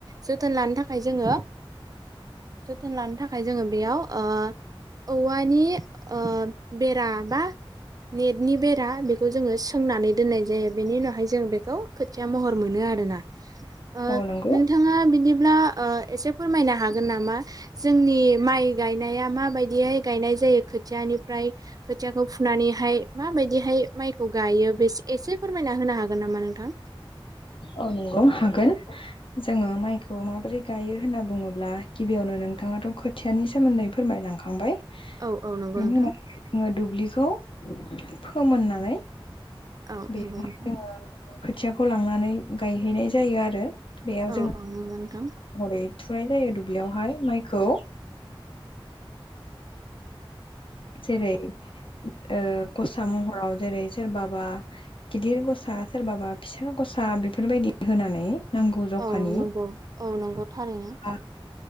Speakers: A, on the right (about 40°); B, on the left (about 70°).
A: जोथोन लानो थाखाय जोङो
B: <unintelligible>
A: जोथोन लानो थाखाय जोङो बेयाव ओ औवानि ओ बेरा बा नेटनि बेरा बेखौ जोङो सोंनानै दोननाय जायो बेनि उनावहाय जों बेखौ खोथिया महर मोनो आ रोना ओ
B: औ नंगौ
A: नोंथाङा बिदिब्ला ओ एसे फोरमायनो हागोन नामा जोंनि माइ गायनाया माबायदिहाय गायनाय जायो खोथियानिफ्राय खोथियाखौ फुनानैहाय माबायदिहाय माइखौ गायो बेस एसे फोरमायना होनो हागोन नामा नोंथां?
B: औ नोंगौ हागोन जोङो माइखौ माबोरै गायो होनना बुङोब्ला गिबियावनो नों थाङाथ' खोथियानि सोमोन्दै फोरमायलांखांबाय
A: औ औ नंगौ
B: बेनि
A: नोंथां।
B: उनाव जोङो दुब्लिखौ फोमोननानै
A: औ
B: बेवहाय
A: नंगौ नोंथां।
B: जोङो खोथियाखौ लांनानै गायहैनाय जायो आरो। बेयाव
A: औ औ
B: जों
A: नोंगो नोंथां।
B: महरै थुनाय जायो दुब्लियावहाय माइखौ जेरै ओ गसा मह हराव जेरै सोरबाबा गिदिर गसा सोरबाबा फिसा गसा बेफोरबायदि होनानै नांगौ जखानि
A: औ नंगौ औ नंगौ थारैनो
B: आ